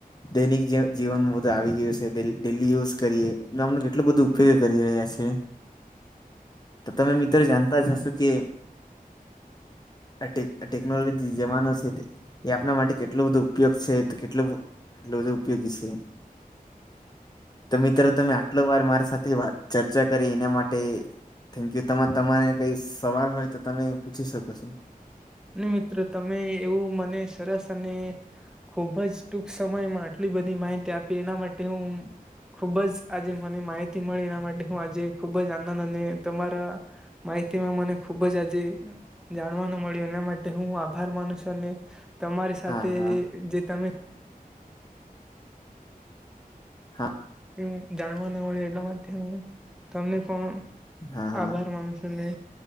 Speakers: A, on the left; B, in the centre.
A: દૈનિક જી-જીવનમાં બધું આવી ગયું છે. ડે-ડેલી યુઝ કરીએ. ગામનો એટલુ બધુ કે કરી રહ્યા છે. તો તમે મિત્ર જાણતા જ હશો કે, અટે ટેકનોલોજી જમાનો છે તે એ આપણા માટે કેટલું બધું ઉપયોગ છે તો કેટલું કેટલું બધું ઉપયોગી છે. તો મિત્ર તમે આટલો વાર મારા સાથે વાત ચર્ચા કરી એના માટે થેન્કયુ તમા તમારે કઈ સવાલ હોય તો તમે પૂછી શકો છો.
B: ની મિત્ર તમે એવું મને સરસ અને ખુબ જ ટૂંક સમયમાં આટલી બધી માહિતી આપી એના માટે હું ખુબ જ આજે મને માહિતી મળી એના માટે હું આજે ખુબ જ આનંદ અને તમારા માહિતીમાં મને ખુબ જ આજે જાણવાનું મળયુ એના માટે હું આભાર માનું છું. અને તમારી સાથે
A: હા હા
B: જે તમે
A: હા
B: એવું જાણવા ન મળે એટલા માટે હું તમને પણ
A: હા હા
B: આભાર માનુ છું ને